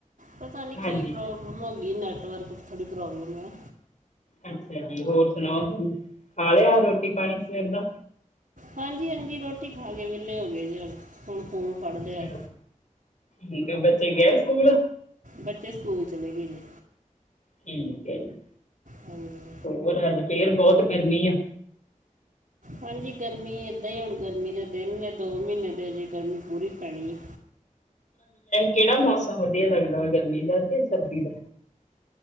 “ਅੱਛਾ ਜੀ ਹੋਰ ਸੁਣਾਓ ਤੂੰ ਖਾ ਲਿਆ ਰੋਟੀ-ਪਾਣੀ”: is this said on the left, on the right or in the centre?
Left